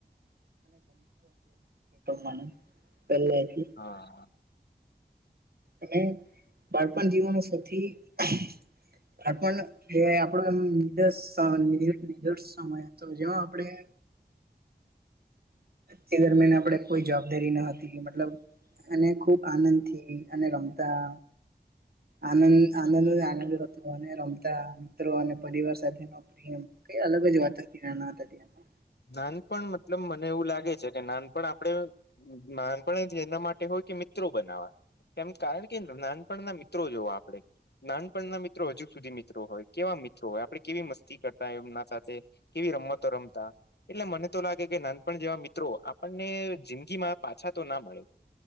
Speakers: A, on the right; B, on the left.
A: <unintelligible> પેલેથી
B: હા
A: અને બાળપણ જીવનનો સૌથી બાળપણ એ આપણો એમ <unintelligible> સમય હતો, જેમાં આપણે
B: <inaudible>
A: તે દરમિયાન આપણેે કોઈ જવાબદારી ન હતી. મતલબ અને ખૂબ, આનંદથી અને રમતા આનંદ-આનંદ ને આનંદ જ હતો, અને રમતા મિત્રો અને પરિવાર સાથેનો પ્રેમ કંઈ અલગ જ વાત હતી નાના હતા ત્યાંરની.
B: નાનપણ મતલબ મને એવું લાગે છે કે નાનપણ આપણે નાનપણ જ એના માટે હોય કે મિત્રો બનાવા. એમ કારણ કે ન નાનપણ ના મિત્રો જોવા આપણે, નાનપણ ના મિત્રો હજુ સુધી મિત્રો હોય <unintelligible> મિત્રો હોય, આપડે કેવી મસ્તી કરતા એમના સાથે, કેવી રમતો રમતા એટલે મને તો લાગે કે નાનપણ જેવા મિત્રો આપણને જિંદગી માં પાછા તો ના મળે.